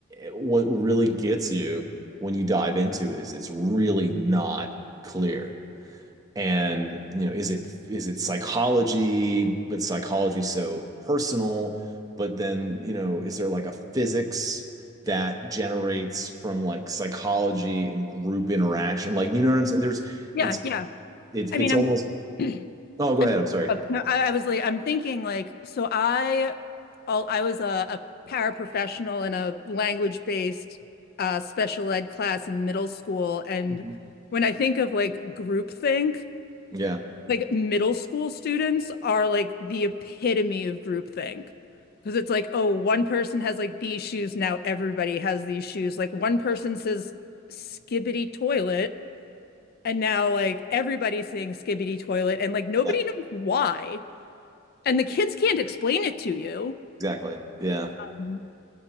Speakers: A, on the right; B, on the left.
A: what really gets you when you dive into it is it's really not clear and you know is it is it psychology but psychology so personal but then you know is there like a physics that generates from like psychology and group interaction like you know what I'm saying there's
B: Yeah,
A: it's
B: yeah.
A: it's
B: I
A: it's
B: mean,
A: almost
B: I'm <clears throat>
A: oh go ahead I'm sorry
B: Uh, no, I, I was like, I'm thinking like, so I, all I was a, a paraprofessional in a language-based uh, special ed class in middle school, and
A: Mhm.
B: when I think of like groupthink,
A: yeah
B: like middle school students are like the epitome of groupthink. Because it's like, oh, one person has like these shoes, now everybody has these shoes. Like one person says skibbity toilet, and now like everybody's saying skibbity toilet, and like nobody
A: Yeah,
B: knows why and the kids can't explain it to you.
A: exactly yeah
B: Mhm.